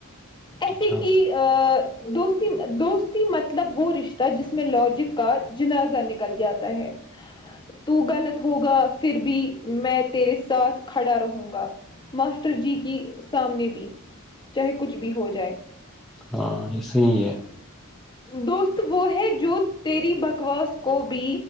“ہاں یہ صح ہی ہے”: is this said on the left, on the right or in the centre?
Centre